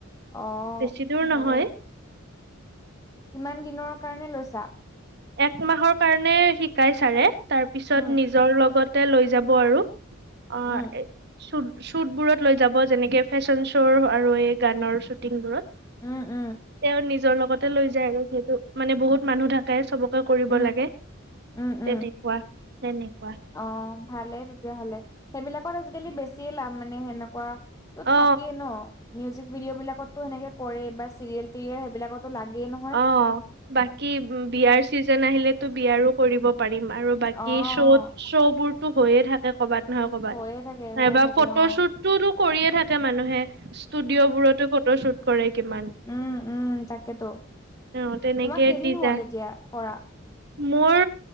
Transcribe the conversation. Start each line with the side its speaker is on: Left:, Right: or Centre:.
Left: অ',
Right: বেছি দূৰ
Left: ভালেই।
Right: নহয়
Left: কিমান দিনৰ কাৰণে লৈছা?
Right: একমাহৰ কাৰণে শিকাই চাৰে, তাৰ পিছত
Left: উম,
Right: নিজৰ লগত তে লৈ যাব আৰু অঁ
Left: উম,
Right: এ চুট শ্বুটবোৰত লৈ যাব যেনেকে ফেশ্বন শ্ব' আৰু এই গানৰ শ্বুটিংবোৰত।
Left: উম-উম।
Right: তেওঁ নিজৰ লগতে লৈ যায় আৰু যিহেতু মানে বহুত মানুহ থাকে, চবকে কৰিব
Left: উম,
Right: লাগে,
Left: উম, উম,
Right: তেনেকুৱা-তেনেকুৱা।
Left: অ ভালেই তেতিয়াহ'লে, সেইবিলাকত আজিকালি বেছিয়ে লাভ মানে সেনেকুৱা ত
Right: অ
Left: থাকেই ন, মিউজিক ভিডিঅ' বিলাকতো সেনেকে কৰে বা চিৰিয়েল তিৰিয়েৰ সেইবিলাকত ত লাগে ন।
Right: অ, বাকী বিয়াৰ চিজন আহিলেতো বিয়াৰো কৰিব পাৰিম। আৰু বাকী
Left: অ',
Right: শ্ব'ত শ্ব'বোৰতো হৈয়ে থাকে কৰ'বাত নহয় কৰ'বাত
Left: হৈয়ে থাকে, হৈয়ে
Right: নাইবা
Left: থাকে
Right: ফটোশ্বুত
Left: অ',
Right: টোতটো কৰিয়েই থাকে মানুহে ষ্টুডিঅ'বোৰতো ফটোশ্বুট কৰে কিমান?
Left: উম-উম তাকেতো,
Right: অ তেনেকে
Left: তোমাৰ কেইদিন
Right: দিজা
Left: হ'ল এতিয়া কৰা?
Right: মোৰ